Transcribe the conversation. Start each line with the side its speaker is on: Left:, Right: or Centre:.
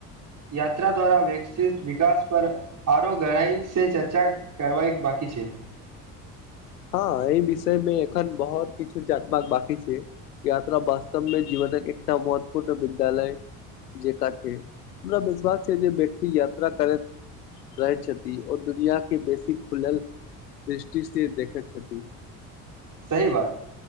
Right: यात्रा द्वारा विकसित विकास पर आरो गहराई से चर्चा करबाइक बाकी छै
Left: हँ एहि विषय मे एखन बहुत किछु चाट बाक बाकी छै यात्रा वास्तव मे जीवनक एकटा महत्वपूर्ण विद्यालय जेका छै हमरा विश्वास छै जे व्यक्ति यात्रा करैत रहै छथि ओ दुनिया के बेसी खुलल दृष्टिसँ देखैत छथि
Right: सही बात